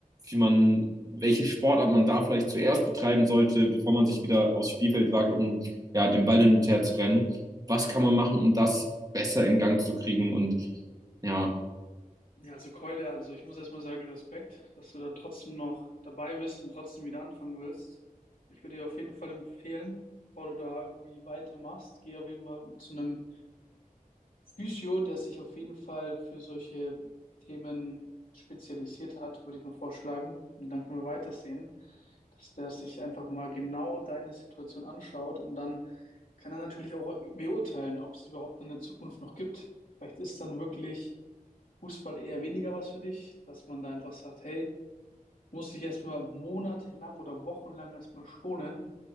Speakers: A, on the right; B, on the left.
A: wie man welche Sportart man da vielleicht zuerst betreiben sollte, bevor man sich wieder aufs Spielfeld wagt, um ja, den Ball hin und her zu rennen. Was kann man machen, um das besser in Gang zu kriegen? Und ja,
B: Ja, also Keule, also ich muss erstmal sagen, Respekt, dass du da trotzdem noch dabei bist und trotzdem wieder anfangen willst. Ich würde dir auf jeden Fall empfehlen, bevor du da irgendwie weitermachst, geh auf jeden Fall zu einem Physio, der sich auf jeden Fall für solche Themen spezialisiert hat, würde ich mal vorschlagen. Und dann können wir weitersehen, dass der sich einfach mal genau deine Situation anschaut und dann kann er natürlich auch beurteilen, ob es überhaupt in der Zukunft noch gibt. Vielleicht ist dann wirklich Fußball eher weniger was für dich, dass man da einfach sagt, hey, muss dich erstmal monatelang oder wochenlang erstmal schonen